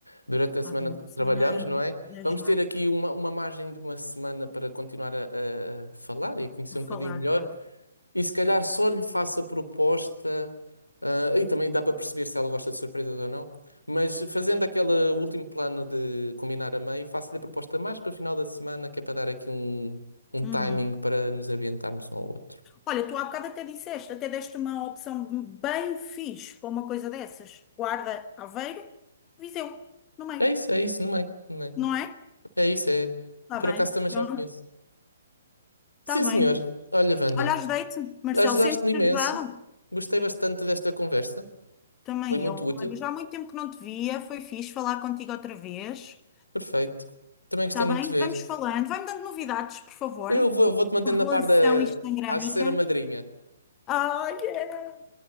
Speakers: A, on the left (about 90°); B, on the left (about 25°).
A: durante a semana
B: Ah, uma da semana
A: trabalhamos, não é?
B: 10,
A: Vamos
B: não
A: ter
B: é?
A: aqui
B: Pronto,
A: uma, uma margem de uma semana para continuar a, a- a falar e conhecer
B: Vou
A: um
B: falar,
A: bocadinho melhor.
B: claro.
A: E se calhar só lhe faço a proposta, ah, e também dá para perceber se ela gosta de surpresas ou não, mas fazendo aquele último plano de combinar a meio, faço-lhe a proposta mais para o final da semana, que é para dar aqui um, um
B: Uhum.
A: timing para nos ambientarmos um ao outro.
B: Olha, tu há bocado até disseste, até deste uma opção bem fixe para uma coisa dessas. Guarda, Aveiro, Viseu, no meio,
A: É isso, é isso, no meio, no meio.
B: não é?
A: É isso, é.
B: Está
A: Por
B: bem,
A: acaso também já
B: pronto,
A: o conheço.
B: está
A: Sim,
B: bem.
A: senhor. Olha, Wanda,
B: Olha, ajudei-te, Marcelo,
A: ajudaste-me
B: sentes-te
A: imenso.
B: ajudado?
A: Gostei bastante desta conversa.
B: Também
A: Foi muito
B: eu.
A: útil.
B: Olha, já há muito tempo que não te via, foi fixe falar contigo outra vez.
A: Perfeito. Também gostei
B: Está
A: muito
B: bem?
A: de ver.
B: Vamos falando. Vai-me dando novidades, por favor.
A: Eu vou, vou-te mantendo
B: A relação
A: na par da.
B: instagrâmica.
A: Hás de ser a madrinha.
B: Olha,